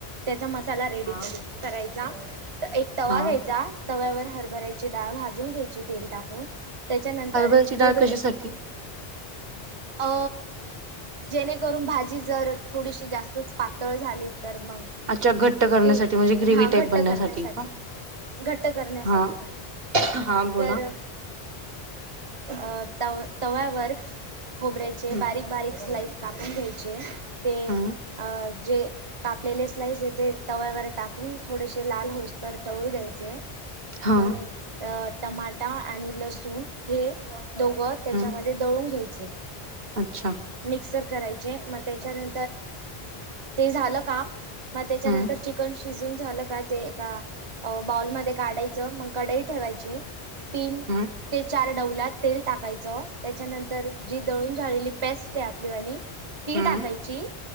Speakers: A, on the right (about 35°); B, on the right (about 65°).
A: त्याचा मसाला रेडी
B: हा
A: करू करायचा एक तवा
B: हा
A: घ्यायचा तव्यावर हरभरायची डाळ भाजून घ्यायची तेल टाकून त्याच्यानंतर
B: हरभऱ्याची
A: खोबरं
B: डाळ कशासाठी?
A: अ जेणेकरून भाजी जर थोडीशी जास्तच पातळ झाली तर मग
B: अच्छा घट्ट करण्यासाठी
A: ते
B: म्हणजे ग्रेव्ही
A: हा
B: टाईप
A: घट्ट
B: बनण्यासाठी
A: करण्यासाठी
B: का
A: घट्ट करण्यासाठी
B: हा
A: भाजीला
B: हा बोला.
A: तर अ तव्यावर खोबऱ्याचे
B: हम्म
A: बारीक बारीक स्लाइस कापून घ्यायचे ते
B: हम्म
A: अ जे कापलेले स्लाईस येते तव्यावर टाकून थोडेसे लाल होऊस तर तळू द्यायचे
B: हा
A: मग टमाटा आणि लसूण हे दोघं त्याच्यामध्ये
B: हम्म
A: तळून घ्याव्यात
B: अच्छा
A: मिक्सरमध्ये करा म त्याच्या झा का मग त्याच्यानंतर
B: हम्म
A: चिकन शिजून झालं का ते एका बालमध्ये काढायच मग कडई ठेवायची तीन
B: हम्म
A: ते चार डवल्यात तेल टाकायचं त्याच्यानंतर जी दळून झालेली पॅस्ट आहे आपली वाली ती
B: हम्म
A: टाकायची